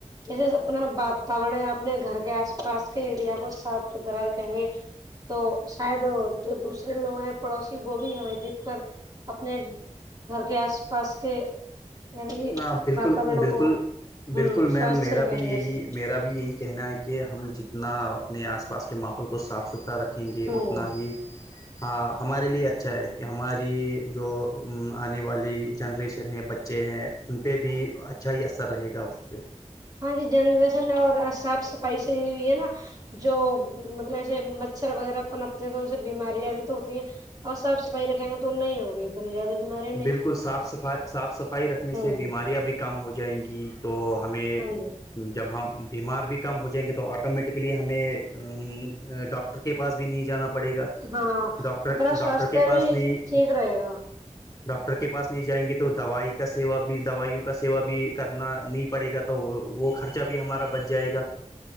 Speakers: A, on the right; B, on the left.
A: جسے اپنا واتاورن ہے اپنے گھر کے آس پاس کے ایریا کو صاف ستھرا رکھیں گے تو شاید جو دوسرے لوگ ہیں پڑوسی وہ بھی ہمیں دیکھ کر اپنے گھر کے آس پاس کے یعنی کہ
B: ہاں بالکل
A: واتاورن
B: بالکل
A: کو ہوں
B: بالکل میم
A: سوستھ
B: میرا
A: رکھیں
B: بھی
A: گے
B: یہی
A: ایسے
B: میرا یہی کہنا ہے کہ ہم جتنا اپنے آس پاس کے ماحول کو کو صاف ستھرا رکھیں گے
A: ہوں
B: اتنا ہی ہاں ہمارے لیے اچھا ہے کہ ہماری جو آنے والی جنریشن ہے بچے ہیں ان پہ بھی اچھا ہی اثر رہے گا اس سے
A: ہاں جی جنریشن اور صاف صفائی سے بھی ہے نا جو مطلب ایسے مچھر وغیرہ پنپتے ہیں تو ان سے بیماریاں بھی تو ہوتی ہیں اور صاف صفائی رکھیں گے تو نہیں ہوگی اتنی زیاد بیماری <unintelligible>
B: بالکل صاف صف صاف صفائی رکھنے
A: ہوں
B: سے بیماریاں بھی کم ہو جائیں گی تو ہمیں
A: ہاں جی
B: جب ہم بیمار بھی کم ہو جائیں گے تو آٹومیٹکلی ہمیں ڈاکٹر کے پاس بھی نہیں جانا پڑے گا
A: ہاں
B: ڈاکٹر
A: اپنا
B: ڈاکٹر
A: سواستھ
B: کے پاس
A: بھی
B: نہیں
A: ٹھیک رہے گا
B: ڈاکٹر کے پاس نہیں جائیں گے تو دوائی کا سیوا بھی دوائیوں کا سیو بھی کرنا نہیں پڑے گا تو وہ خرچہ بھی ہمارا بچ جائے گا